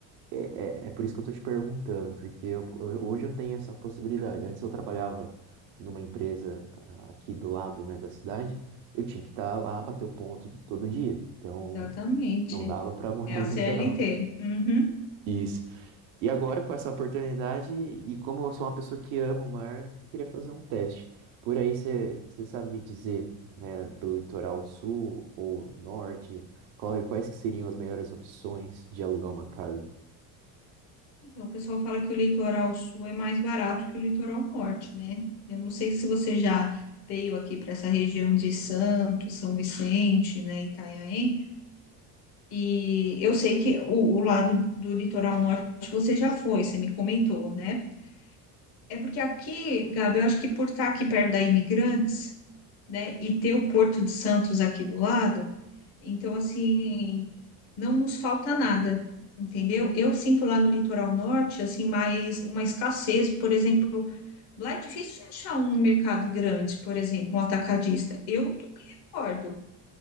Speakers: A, on the right; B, on the left.
A: é, é, é por isso que eu tô te perguntando, porque eu- eu- hoje eu tenho essa possibilidade. Antes eu trabalhava numa empresa ah, aqui do lado, né, da cidade, eu tinha que estar lá, bater o ponto todo dia. Então,
B: exatamente.
A: não dava para <laughs> morar
B: É a
A: no
B: CLT.
A: litoral.
B: Uhum.
A: Isso. E agora, com essa oportunidade, e como eu sou uma pessoa que ama o mar, eu queria fazer um teste. Por aí, você sabe me dizer, né, pelo litoral sul ou norte, qual é- quais que seriam as melhores opções de alugar uma casa?
B: Então, o pessoal fala que o litoral sul é mais barato que o litoral norte, né? Eu não sei se você já veio aqui para essa região de Santos, São Vicente, né, Itanhaém, e eu sei que o, o lado do litoral norte você já foi, você me comentou, né? É porque aqui, Gabi, eu acho que por estar aqui perto da Imigrantes, né, e ter o Porto de Santos aqui do lado, então, assim, não nos falta nada, entendeu? Eu sinto lá no litoral norte, assim, mais uma escassez, por exemplo, lá é difícil achar um mercado grande, por exemplo, um atacadista. Eu não me recordo